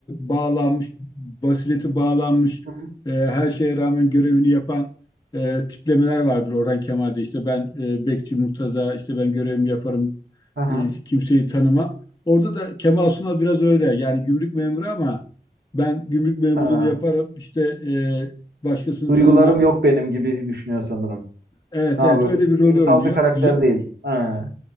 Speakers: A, on the left; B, on the right.
A: bağlanmış, basireti bağlanmış,
B: Hı hı.
A: e, her şeye rağmen görevini yapan e, tiplemeler vardır Orhan Kemal'de. İşte ben e, Bekçi Murtaza, işte ben görevimi yaparım,
B: Aha.
A: e, kimseyi tanımam. Orada da Kemal Sunal biraz öyle. Yani gümrük memuru ama ben gümrük memurluğunu
B: Ha.
A: yaparım. işte e, başkasını
B: Duygularım
A: tanımam
B: yok benim gibi düşünüyor sanırım.
A: Evet
B: Daha
A: evet
B: böyle
A: öyle bir rolü
B: duygusal
A: oynuyor.
B: bir karakter
A: Güzel
B: değil. Ha.